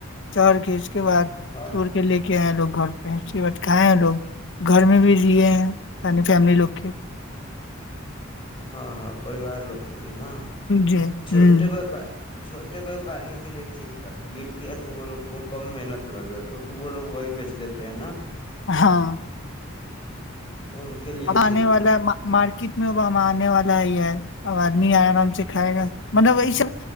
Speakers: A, on the left (about 60°); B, on the left (about 25°).
A: چار کس کے بعد
B: ہاں
A: ور کے لے کے آئے لوگ گھر پہنچی بٹ کائے ہیں لوگ گھر میں بھی رے ہیں پانی فیملی لوگ کے
B: ہاں ہاں پریوار لوک نا
A: جی
B: چھوٹے
A: ہ
B: وپار چھوٹے ویاپاریوں کے لیے ٹھیک ہے گر گیا تو وہ لوگ کو کم محنت لگے کیونکہ وہ لوگ وہی بیچ دیتے ہیں نا
A: ہاں
B: ان کے لیے
A: آنے
B: ٹھیک تھا
A: والاک کت میں ہوا آنے والا ہے اب آدمی آرام سے کھائے گا مطلب یہ سب